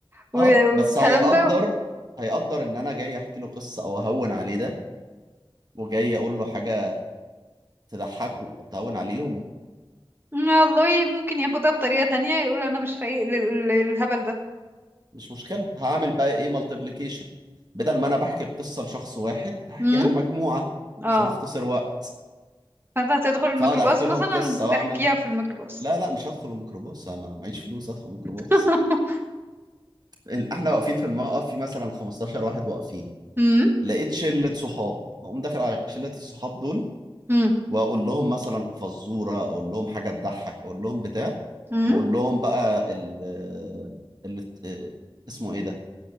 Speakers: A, on the right; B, on the right.
A: و-
B: اه بس
A: والكلام
B: هيقدر
A: ده
B: هيقدر ان انا جاي احكي له قصه او اهون عليه ده وجاي اقول له حاجه تضحكه او تهون عليه يومه
A: والله ممكن ياخدها بطريقة تانية يقول أنا مش فايق لل- للهبل ده
B: مش مشكلة هعمل بقى ايه مالتيبليكيشن بدل ما انا بحكي القصة لشخص واحد هحكيها
A: امم
B: لمجموعة
A: اه
B: عشان اختصر وقت
A: فانت هتدخل الميكروباص
B: فاقعد احكي
A: مثلا
B: لهم قصة
A: تحكيها
B: واعمل
A: في الميكروباص
B: لا لا مش هدخل الميكروباص انا معيش فلوس ادخل الميكروباص
A: <laughs>
B: ال- احنا واقفين في الموقف في مثلا 15 واحد واقفين
A: امم
B: لقيت شلة صحاب هقوم داخل على شلة الصحاب دول
A: امم
B: واقول لهم مثلا فزورة اقول لهم حاجة تضحك اقول لهم بتاع
A: امم
B: واقول لهم بقى ال ال اسمه ايه ده